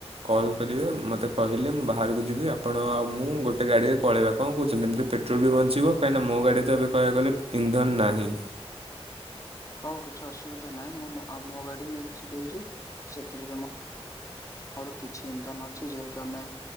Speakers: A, on the right; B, on the left.
A: କଲ୍ କରିବେ ମୋତେ କହିଲେ ମୁଁ ବାହାରକୁ ଯିବି ଆପଣ ଆଉ ମୁଁ ଗୋଟେ ଗାଡ଼ିରେ ପଳେଇବା କଣ କୋହୁଚନ୍ତି ଯେମିତି ପେଟ୍ରୋଲ୍ ବି ବଞ୍ଚିବ କାହିଁକିନା ମୋ ଗାଡ଼ି ତ ଏବେ କହିବାକୁ ଗଲେ ଇନ୍ଧନ ନାହିଁ।
B: ହୋଉ କିଛି ଅସୁବିଧା ନାହିଁ ମୁଁ ମୋ ଗାଡି ନେଇକି ଯିବି ହାରି ସେଥିରେ ତମ ଆମର କିଛି ଇନ୍ଧନ ଅଛି ଯେହେତୁ ଆମେ